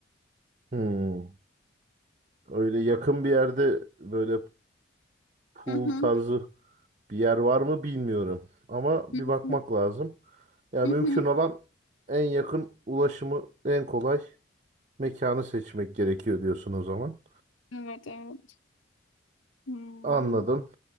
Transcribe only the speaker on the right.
Hmm. Öyle yakın bir yerde böyle pool
tarzı bir yer var mı bilmiyorum. Ama
bir bakmak
lazım. Yani
mümkün olan en yakın ulaşımı en kolay mekanı seçmek gerekiyor diyorsun o zaman.
Anladım.